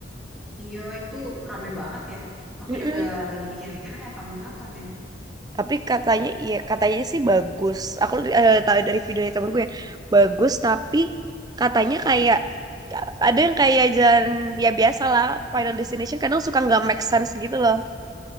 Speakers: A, in the centre; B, on the right (about 20°).
A: Iya, itu rame banget ya. Aku
B: Mm-mm.
A: juga lagi mikir-mikir nih apa mau nonton ya.
B: tapi katanya iya katanya sih bagus aku eh, tahu dari video dari temenku ya bagus tapi katanya kayak ada yang kayak jalan ya biasa lah Final Destination kadang suka nggak make sense gitu loh